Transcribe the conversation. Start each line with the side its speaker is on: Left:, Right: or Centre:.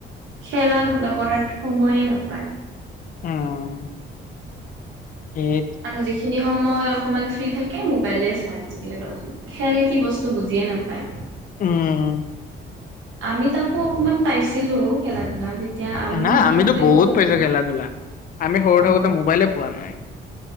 Right: খেলা ধূলা কৰাত সময়েই নাপায়।
Left: উম। সেই
Right: আৰু যিখিনি সময় অকমান ফ্ৰী থাকে, মোবাইলেই চাই আজিকালি লৰা ছোৱালী। খেল কি বস্তু বুজিয়েই নাপায়।
Left: উম।
Right: আমি তাকো অকমান পাইছিলোঁ, খেলা ধূলা যেতিয়া আমি
Left: না,
Right: সৰু
Left: আমিতো
Right: থাকোতেতো
Left: বহুত
Right: এনেকুৱা
Left: পাইছোঁ খেলা ধূলা, আমি সৰু
Right: অ
Left: থাকোতে মোবাইলেই পোৱা নাই।